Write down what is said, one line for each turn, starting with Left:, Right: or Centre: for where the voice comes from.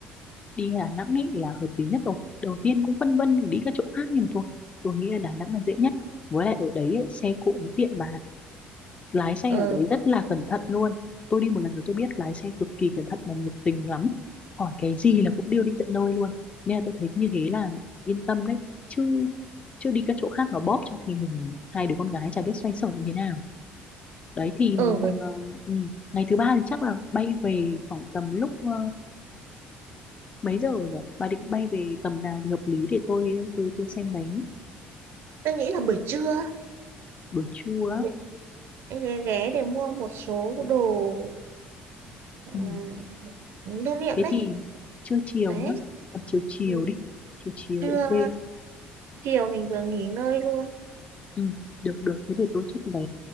Left: đi Đà Nẵng ấy là hợp lý nhất rồi đầu tiên cũng phân vân đi các chỗ khác nhưng mà thôi tôi nghĩ là Đà Nẵng là dễ nhất với lại ở đấy ấy, xe cộ nó tiện bà ạ. lái xe
Right: ờ
Left: ở đấy rất là cẩn thận luôn tôi đi một lần rồi tôi biết lái xe cực kỳ cẩn thận và nhiệt tình lắm hỏi cái gì là cũng đưa đi tận nơi luôn nên là tôi thấy như thế là yên tâm đấy chứ chứ đi các chỗ khác nó bóp trong khi mình hai đứa con gái chả biết xoay sở như thế nào đấy thì
Right: ờ với
Left: ừ, ừ, ngày thứ ba thì chắc là bay về khoảng tầm lúc ờ, mấy giờ nhỉ bà định bay về tầm nào thì hợp lý để tôi tôi tôi xem đấy
Right: tôi nghĩ là buổi trưa
Left: buổi trưa á
Right: mình sẽ ghé ghé để mua một số đồ ừm,
Left: ừ.
Right: lưu niệm
Left: thế
Right: đấy
Left: thì trưa chiều
Right: đấy
Left: nhá tầm chiều chiều
Right: Ừ,
Left: đi chiều chiều
Right: trưa
Left: ok
Right: chiều mình vừa nghỉ ngơi luôn
Left: ừ. được được thế thì tôi chốt vé